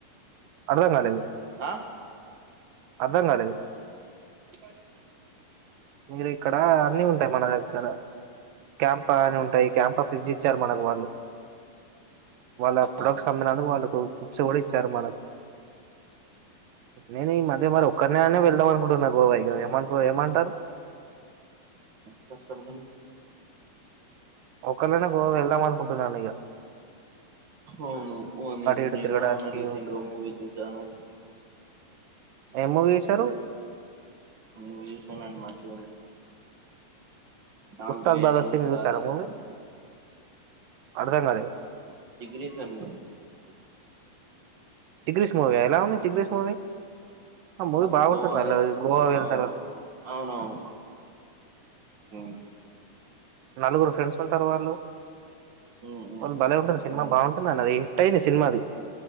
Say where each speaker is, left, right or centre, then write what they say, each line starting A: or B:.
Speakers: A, on the right (about 75°); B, on the right (about 40°).
A: అర్ధం కాలేదు
B: ఆ
A: అర్ధం కాలేదు
B: ఇ బ
A: మీరు ఇక్కడ అన్నిీ ఉంటాయ్ మన దగ్గర క్యాంప అని ఉంటాయి క్యాంప ఫ్రిడ్జి ఇచ్చారు మనకు వాళ్ళు వాళ్ళ ప్రొడక్ట్స్
B: ఆ
A: అమ్మినందుకు వాళ్ళు గిఫ్ట్స్ కూడా ఇచ్చారు మనకు నేనే ఈ మధ్య మరి ఒక్కర్నై వెళ్ ద్ధం మనుకుంటున్నా గోవ ఇగ ఏమన్ ఏమంటారు
B: కష్టమని
A: ఒక్కనైనా గోవా వెళ్దాం అనుకుంటున్నాను ఇగ
B: అవును మ్
A: ఇటు
B: నేను
A: తిరగడానికి
B: కూడా మొన్న రీసెంట్గా మూవీ చూసాను
A: ఎం మూవీ చూసారు
B: <unintelligible> మంచి Alto
A: Ustaad
B: eight
A: Bhagat
B: hundred
A: Singh చూసారా
B: car తీస్
A: మూవీ అర్థం కాలేదు
B: జిగ్రి సేమ్ము
A: జీగ్రీస్ మూవ ఎలా ఉంది జిగ్రీస్ మూవీ ఆ మూవీ
B: వాళ్ళు
A: బాగుంటుంది
B: గోవా
A: అలా
B: ఎ-
A: గోవా వెళ్తారు
B: అవును
A: వా
B: అవునవును మ్
A: నలుగురు ఫ్రెండ్స్ ఉంటారు వాళ్ళు
B: ఉమ్ ఉమ్,
A: వాళ్ళు బలే ఉంటర్ సినిమా
B: అవును
A: బాగుంటుందన్న అది హిట్ అయింది సినిమా అది